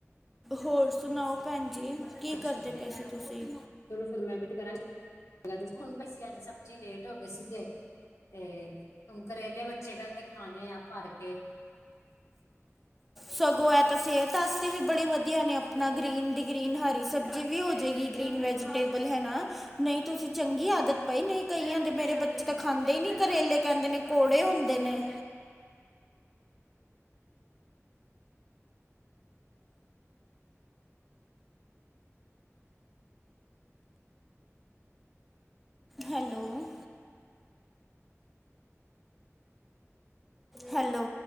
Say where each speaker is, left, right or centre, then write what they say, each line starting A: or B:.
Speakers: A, in the centre; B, on the left.
A: ਹੋਰ ਸੁਣਾਓ, ਭੈਣ ਜੀ ਕੀ
B: ਅੱਛਾ।
A: ਕਰਦੇ ਪਏ ਸੀ ਤੁਸੀਂ
B: ਚਲੋ ਫਿਰ ਮੈਂ ਵੀ ਕਰਾਂ ਹੁਣ ਪ ਅੱਜ ਸਬਜ਼ੀ ਲੇਟ ਹੋ ਗਏ ਸੀਗੇ। ਤੇ ਹੁ ਕਰੇਲੇ ਬੱਚੇ ਜਿਨ੍ਹਾਂ ਨੇ ਖਾਣੇ ਆ ਭਰ ਕੇ
A: ਸਗੋਂ ਐ ਤਾਂ ਸਿਹਤ ਵਾਸਤੇ ਵੀ ਬੜੇ ਵਧੀਆ ਨੇ ਆਪਣਾ ਗ੍ਰੀਨ ਦੀ ਗ੍ਰੀਨ ਹਰੀ ਸਬਜ਼ੀ ਵੀ ਹੋ ਜਾਏਗੀ ਗ੍ਰਨ ਵੈਜੀਟੇਬਲ ਹੈ ਨਾ ਨਹੀਂ ਤੁਸੀਂ ਚੰਗੀ ਆਦਤ ਪਾਈ ਨਹੀਂ ਕਈਆਂ ਦੇ ਮੇਰੇ ਬੱਚੇ ਤਾਂ ਖਾਂਦੇ ਨੀ ਕਰੇਲੇ ਕਹਿੰਦੇ ਨੇ ਕੜੇ ਹੁੰਦੇ ਨੇ ਹੈਲੋ ਹੈਲੋ